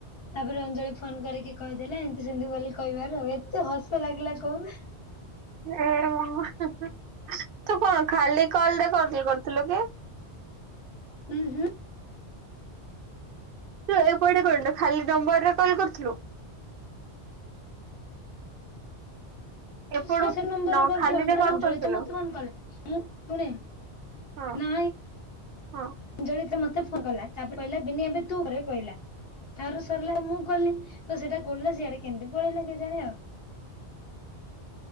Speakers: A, on the left; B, on the right.
A: ତାପରେ ଅଞ୍ଜଳି ଫୋନ କରିକି କହିଦେଲା ଏମିତି ସେମିତି ବୋଲି କହିବାରୁ ଆଉ ଏତେ ହସ ଲାଗିଲା କହନା।
B: ଏ ମ ତୁ କଣ ଖାଲି କଲରେ କରି କରିଥିଲୁ କି।?
A: ହୁଁ ହୁଁ।
B: ତୁ ଏପଟେ କରନୁ ଖାଲି ନମ୍ବର ରେ କଲ୍ କରିୁଥିଲୁ?
A: <unintelligible>
B: ଏପଟୁ ନ ଖାଲିରେ
A: ମୁଁ
B: କଲ୍ କରିଥିଲୁ
A: ଶୁଣେ
B: ହଁ
A: <unintelligible>
B: ହଁ
A: ଜଳିତ ମତେ ଫଲା ତାପରେ କହିଲା ବିିନି ଏବେ ତୁ ଘରେ କହିଲା। ଥାରୁ ସରିଲା ମୁଁ କଲି ତ ସେଇଟା କିଲା ସିଆଡେ କେମିତି ପଳେଇଲା କେ ଜାଣି ଆଉ।